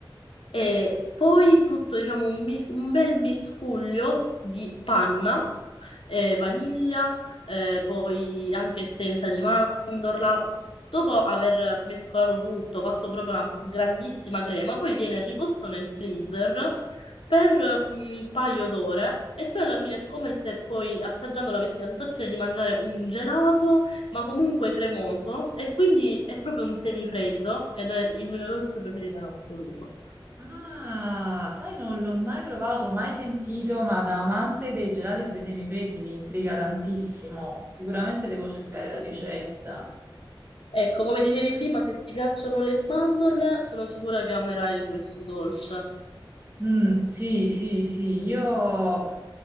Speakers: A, on the left; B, on the right.
A: e poi tutto, diciamo, un, mis- un bel miscuglio di panna, eh, vaniglia, eh, poi anche essenza di mandorla. Dopo aver mescolato tutto, fatto proprio una grandissima crema, poi viene riposto nel freezer per un paio d'ore e poi alla fine è come se poi assaggiandolo avessi la sensazione di mangiare un gelato, ma comunque cremoso e quindi è proprio un semifreddo ed è il mio dolce preferito in assoluto.
B: Ah, sai, non l'ho mai provato, mai sentito, ma da amante dei gelati e dei semifreddi mi intriga tantissimo. Sicuramente devo cercare la ricetta.
A: Ecco, come dicevi prima, se ti piacciono le mandorle, sono sicura che amerai questo dolce.
B: Mm, sì, sì, sì, io... eh,